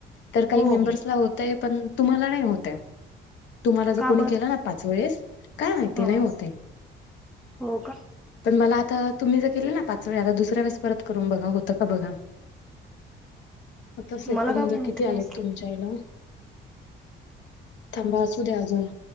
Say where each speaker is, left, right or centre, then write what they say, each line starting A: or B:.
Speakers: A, on the left; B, in the centre.
A: तर काही
B: हो
A: मेंबर्सला
B: हो
A: होतय पण तुम्हाला नाही होतये, तुम्हाला जो
B: का
A: कोणी
B: बर
A: केला ना पाच वेळेस काय माहिती
B: ह
A: नाही होतय.
B: हो का
A: पण मला आता तुम्ही जर केलं ना पाच वेळे आता दुसऱ्या वेळेस परत करून बघा होतं का बघा? आता सेकंद
B: मला का नाही होते
A: किती
B: काय
A: आलेत तुम च्याला ऊ, थांबा असू द्या अजून.